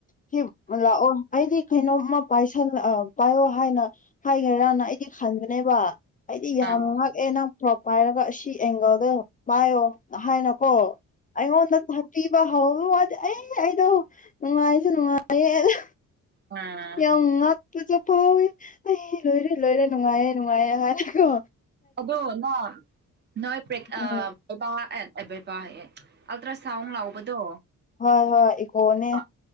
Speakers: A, on the left (about 25°); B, on the right (about 35°).
A: ꯁꯤ ꯂꯥꯛꯑꯣ ꯑꯩꯗꯤ ꯀꯩꯅꯣꯝꯃ ꯄꯥꯏꯁꯜꯂ ꯑ ꯄꯥꯏꯌꯣ ꯍꯥꯏꯅ ꯍꯥꯏꫪ‌ꯦꯔꯥꯅ ꯑꯩꯗꯤ ꯈꯟꯕꯅꯦꯕ ꯑꯩꯗꯤ ꯌꯥꯝ
B: ꯑꯥ ꯑꯥ
A: ꯉꯥꯛ ꯇꯣꯞ ꯄꯥꯏꯔꯒ ꯑꯁꯤ ꯑꯦꯡꯒꯜꯗ ꯄꯥꯏꯌꯣ ꯍꯥꯏꯅꯀꯣ ꯑꯣ ꯅ ꯍꯇꯤꯕꯋꯅꯤ ꯑꯩ ꯑꯩꯗꯣ ꯅꯨꯡꯉꯥꯏꯁꯨ ꯅꯨꯡꯉꯥꯏꯌꯦ ꯑꯗꯨ
B: ꯑꯥ
A: ꯌꯥꯝ ꯉꯛ ꯄꯨꯁꯨ ꯐꯥꯎꯋꯦ ꯑꯩ ꯂꯣꯏꯔꯦ ꯂꯣꯏꯔꯦ ꯅꯨꯡꯉꯥꯏꯌꯦ ꯅꯨꯡꯉꯥꯏꯌꯦ ꯍꯥꯏꯔꯦꯀꯣ
B: ꯑꯗꯨ ꯅ ꯅꯣꯏ ꯄꫪ‌ꯦꯛ
A: ꯎꯝ
B: ꯑ ꯑꯩꯕꯩꯕꯥ ꯍꯥꯏꯌ‌ꯦ ꯑꯜꯇ꯭ꯔꯥꯁꯥꯎꯟ ꯂꯥꯎꯕꯗꯣ
A: ꯍꯣꯏ ꯍꯣꯏ ꯏꯀꯣꯅꯦ
B: ꯑ